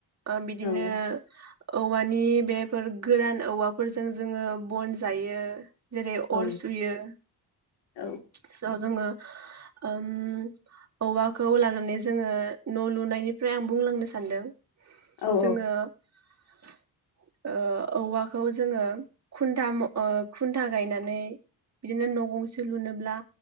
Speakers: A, on the right; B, on the left.
A: ओ बिदिनो
B: औ
A: औवानि बेफोर गोरान औवाफोरजों जोङो बन जायो जेरै
B: औ
A: अर सुयो <inaudible>
B: औ
A: जोङो ओम औवाखौ लानानै जोङो न लुनायनिफ्राय आं बुंलांनो सानदों
B: औ
A: जोङो <inaudible> ओ औवाखौ जोङो खुन्था मह ओ खुन्था गायनानै बिदिनो न गंसे लुनोब्ला